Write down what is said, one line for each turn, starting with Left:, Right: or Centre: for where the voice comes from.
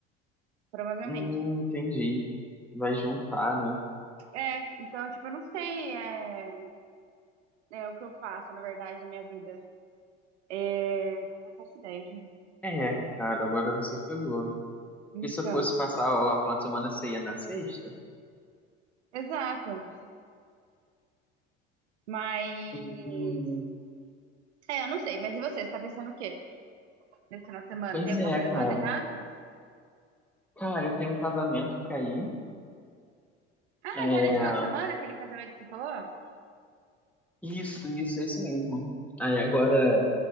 Right: provavelmente.
Centre: Hum, entendi. Vai juntar, né?
Right: É, então, tipo, eu não sei é, é, o que eu faço, na verdade, na minha vida. É, não faço ideia, juro.
Centre: É, cara, agora você pegou.
Right: Então,
Centre: E se eu fosse passar lá o final de semana, você ia na sexta?
Right: exato. Mas,
Centre: Hum,
Right: é, eu não sei. Mas e você? Você tá pensando o quê? Nesse final de semana,
Centre: pois
Right: tem alguma
Centre: é,
Right: coisa
Centre: cara.
Right: planejada?
Centre: Cara, eu tenho um casamento pra ir.
Right: Ah,
Centre: É,
Right: já nesse final de semana, aquele casamento que você falou?
Centre: isso, isso, esse mesmo. Aí agora,